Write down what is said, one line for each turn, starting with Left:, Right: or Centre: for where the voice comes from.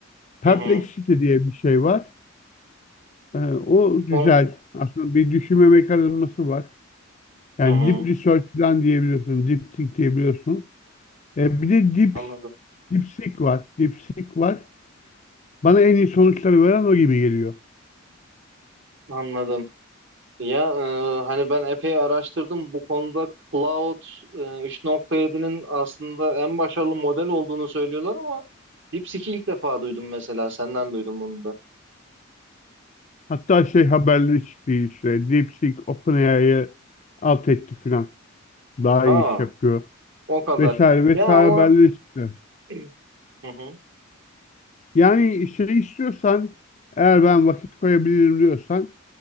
Left: Perplexity
Right: hı hı.
Left: diye bir şey var. Ee, o güzel.
Right: Onu,
Left: Aslında bir düşünme mekanizması var. Yani
Right: hı hı.
Left: deep research falan diyebiliyorsun. Deep think diyebiliyorsun. E, bir de deep,
Right: Anladım.
Left: deep seek var. Deep seek var. Bana en iyi sonuçları veren o gibi geliyor.
Right: Anladım. Ya e, hani ben epey araştırdım bu konuda Cloud e, 3.7'nin aslında en başarılı model olduğunu söylüyorlar ama DeepSeek'i ilk defa duydum mesela senden duydum bunu da.
Left: Hatta şey haberleri çıktı işte. DeepSeek OpenAI'ye alt etti filan. Daha iyi
Right: Aa
Left: iş yapıyor.
Right: o kadar.
Left: Vesaire vesaire
Right: Ya ama
Left: haberleri çıktı.
Right: hı hı
Left: Yani şey istiyorsan eğer ben vakit koyabilirim diyorsan